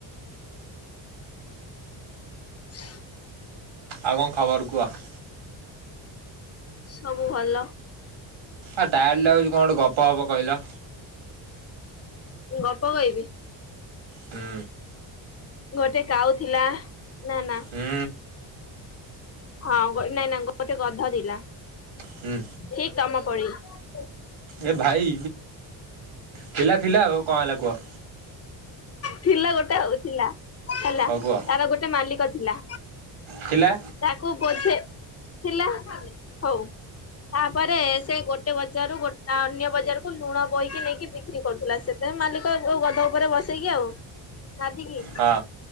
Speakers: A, on the left (about 30°); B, on the right (about 70°).
A: <inaudible>
B: ଆଉ କଣ ଖବର କୁହ?
A: ସବୁ ଭଲ।
B: ଆଉ ଟାୟାର୍ଡ ଲାଗୁଛି କଣ ଗୋଟେ ଗପ ଗପ କହିଲ?
A: ମୁଁ ଗପ କହିବି?
B: ହୁଁ
A: ଗୋଟେ କାଉ ଥିଲା ନା ନା।
B: ହୁଁ
A: ହଁ ନାଇଁ ନାଇ ଗୋଟେ ଗଧ ଥିଲା,
B: ହୁଁ
A: ଠିକ ତମ ପରି ।
B: ଏ ଭାଇ ଥିଲା ଥିଲା ଆ ଆଉ କଣ ହେଲା କୁହ?
A: ଥିଲା ଗୋଟେ ଉ ଥିଲା। <unintelligible> ହେଲା
B: ହଉ କୁହ।
A: ତାର ଗୋଟେ ମାଲିକ ଥିଲା।
B: ଥିଲା
A: ତାକୁ ବୋଝେ ଥିଲା ହଉ ତାପରେ ସେ ଗୋଟେ ବଜାରରୁ ଗୋଟ ଅନ୍ୟ ବଜାରକୁୁ ଲୁଣ ବୋହିକି ନେଇକି ବିକ୍ରି କରୁଥିଲା ସେତେ ମାଲିକ ଗଧ ଉପରେ ବସେଇକି ଆଉ ? ନାଦିକି।
B: ହଁ